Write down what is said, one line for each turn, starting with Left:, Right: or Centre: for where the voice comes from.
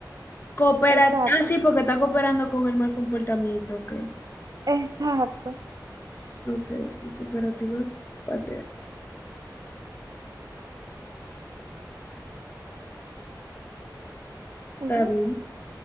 Left: cooperativa,
Right: Exacto,
Left: ah, sí, porque está cooperando con el mal comportamiento, ok.
Right: exacto.
Left: Ok, ok, cooperativa paterna,
Right: Ujú.
Left: está bien.